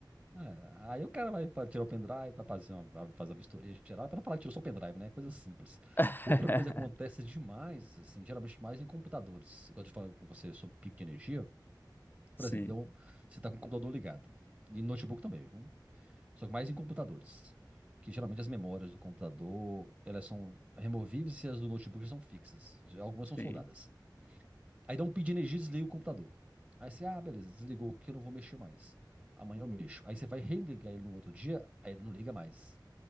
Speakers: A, on the right; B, on the left.
A: é. Aí o cara vai fa- tirar o pendrive, vai fazer, uma, vai fazer a vistoria geral, para não falar que tirou só o pendrive, né? Coisa simples.
B: <laughs>
A: Outra coisa que acontece demais, assim, geralmente mais em computadores. Quando eu falo com você sobre pico de energia,
B: Sim,
A: por exemplo, deu um- você está com o computador ligado, e notebook também, viu? Só que mais em computadores. Que geralmente as memórias do computador, elas são removíveis e as do notebook são fixas. Já Algumas são
B: sim.
A: soldadas. Aí dá um pico de energia, desliga o computador. Aí você, ah, beleza, desligou aqui, eu não vou mexer mais. Amanhã eu mexo. Aí você vai religar ele no outro dia, aí ele não liga mais.